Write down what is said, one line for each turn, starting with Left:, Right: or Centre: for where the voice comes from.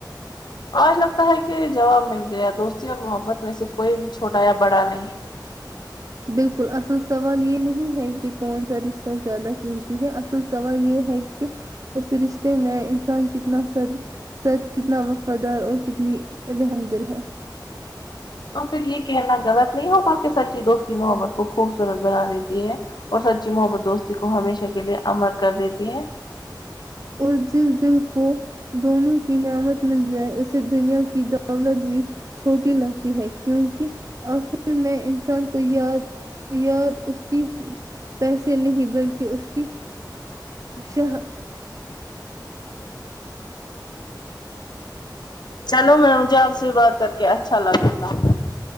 Left: آج لگتا ہے کہ جواب مل گیا دوستی اور محبت میں سے کوئی بھی چھوٹا یا بڑا نہیں
Right: بالکل اصل سوال یہ نہیں ہے کہ کون سا رشتہ زیادہ قیمتی ہے اص ل سوال یہ ہے کہ اس رشتے میں انسان کتنا س سچ کتنا وفادار اور کتنی رحم دل ہے
Left: تو پھر یہ کہنا غلط نہیں ہو گا کہ سچی دوستی محبت کو خوبصورت بنا دیتی ہے اور سچی محبت دوستی کو ہمیشہ کے لیے امر کر دیتی ہے
Right: اور جس دل کو دونوں کی نعمت مل جائے اس دنیا کی دولت بھی چھوٹی لگتی ہے کیونکہ آخر میں انسان کو یاد یاد اس کی پیسے نہیں بلکہ اس کی و شھا
Left: چلو میں مجھے آپ سے بات کر کے اچھا لگا اللہ حافظ